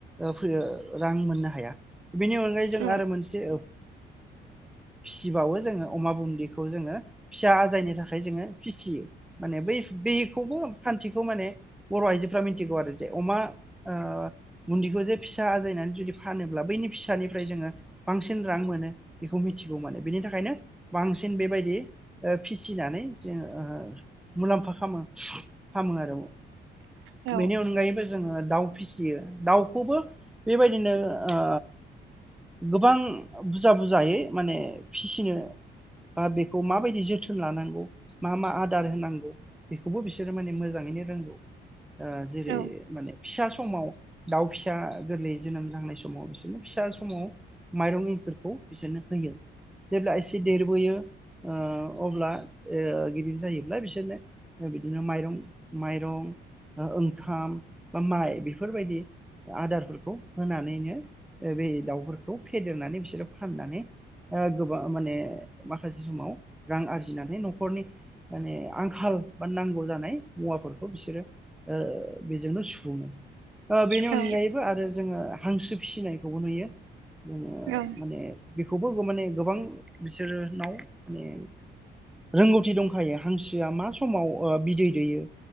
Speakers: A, in the centre; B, on the right.
A: फैयो रां मोननो हाया। बेनि अनगायै जों
B: औ
A: आरो मोनसे ओ फिसिबावो जोङो। अमा बुन्ददिखौ जोङो फिसा आजायनि थाखाय जोङो फिसियो माने बै बेखौबो फा <unintelligible> माने बर' आइजोफ्रा मिथिगौ आरो जे अमा ओ बुन्दिखौ जे फिसा आजायनानै जुदि फानोब्ला बैनि फिसानिफ्राय जोङो बांसिन रां मोनो बेखौ मिथिगौ माने बेनि थाखायनो। बांसिन बेबायदि ओ फिसिनानै जोङो ओ मुलाम्फा खामो। खामो आरो औ।
B: औ
A: बेनि अनगायैबो जोङो। दाउ फिसियो दाउखौबो बेबायदिनो ओ गोबां बुजा बुजायै माने फिसिनो। बा बेखौ माबायदि जोथोन लानांगौ मा मा आदार होनांगौ। बेखौबो बिसोरो माने मोजाङैनो रोंगौ ओ जेरै-
B: औ
A: माने फिसा समाव। दाउ फिसा गोरलै जोनोम जाहांनाय समाव बिसोरनो फिसा समाव माइरं इंखुरखौ बिसोरनो होयो जेब्ला एसे देरबोयो ओ अब्ला ओ गिदिर जायोब्ला बिसोरनो बिदिनो माइरं माइरं ओ-ओंखाम बा माइ बेफोरबायदि। आदारफोरखौ होनानैनो बे दाउफोरखौ फेदेरनानै बिसोरो फाननानै। ओ गोबा माने माखासे समाव रां आरजिनानै न'खरनि। माने आंखाल बा नांगौ जानाय मुवाफोरखौ बिसोरो ओ बेजोंनो सु फुङो ओ बेनि
B: औ
A: अनगायैबो आरो जोंङो हांसो फिनायखौबो नुयो। जोङो
B: औ
A: माने बिखौबो माने गोबां बिसोरनाव माने रोंगौथि दंखायो हांसोआ मा समाव ओ बिदै दैयो।